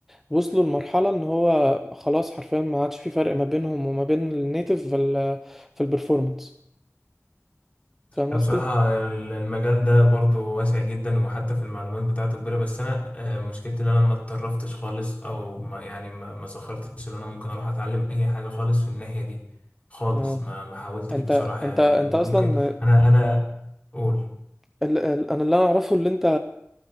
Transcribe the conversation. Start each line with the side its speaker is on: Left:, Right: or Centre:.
Centre: وصلوا لمرحلة ان هو خلاص حرفيا ما عادش في فرق ما بينهم وما بين النيتف في ال في البرفورمانس فاهم
Left: أنا
Centre: قصدي؟
Left: بصراحة المجال ده برضو واسع جدا وحتى في المعلومات بتاعته كبيرة بس أنا آه، مشكلتي إن أنا ما اتطرفتش خالص أو ما يعني ما ما سخرتش إن أنا ممكن أروح أتعلم أي حاجة خالص في الناحية دي خالص
Centre: اه
Left: ما ما حاولتش
Centre: انت
Left: بصراحة
Centre: انت
Left: يعني
Centre: انت
Left: ممكن
Centre: اصلا
Left: أنا أنا قول
Centre: ال ال انا اللي انا اعرفه اللي انت